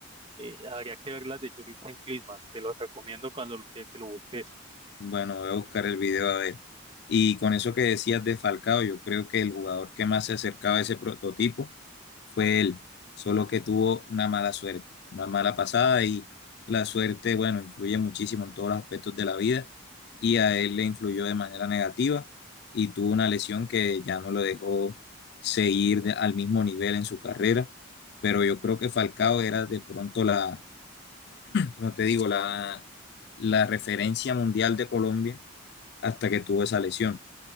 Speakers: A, on the right; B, on the left.
A: eh, habría que ver las de Jürgen Klinsmann. Te lo recomiendo cuando lo, que, que lo busques.
B: Bueno, voy a buscar el video a ver. Y con eso que decías de Falcao, yo creo que el jugador que más se acercaba a ese prototipo fue él, solo que tuvo una mala suerte, una mala pasada y la suerte, bueno, influye muchísimo en todos los aspectos de la vida y a él le influyó de manera negativa y tuvo una lesión que ya no lo dejó seguir de- al mismo nivel en su carrera, pero yo creo que Falcao era de pronto la, como te digo, la, la referencia mundial de Colombia hasta que tuvo esa lesión.